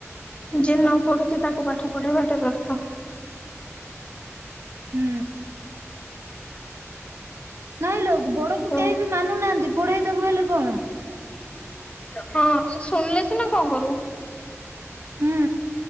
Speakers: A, on the left; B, on the right.
A: ଯିଏ ନ ପଢୁଚି ତାକୁ ପାଠ ପଢେଇବା ଟେ ବ୍ୟର୍ଥ
B: ହୁଁ। ନାଇଁ ଲୋ ବଡକୁ
A: ଓ
B: କେହି ବି ମାନୁନାହାନ୍ତି ପଢେଇ ଦବୁ ହେଲେ କଣ
A: ହଁ ସେ ଶୁଣିଲେ ସିନା କଣ କରୁ
B: ହୁଁ